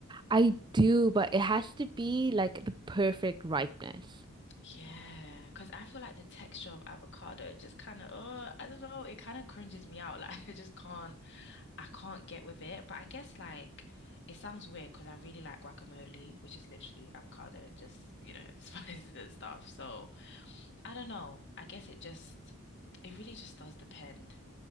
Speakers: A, on the right; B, on the left.
A: I do, but it has to be like the perfect ripeness.
B: Yeah, because I feel like the texture of avocado just kind of, oh, I don't know, it kind of cringes me out. <laughs> Like I just can't, I can't get with it, but I guess like it sounds weird because I really like guacamole, which is literally avocado and just, you know, <laughs> spices and stuff. So I don't know. I guess it just, it really just does depend.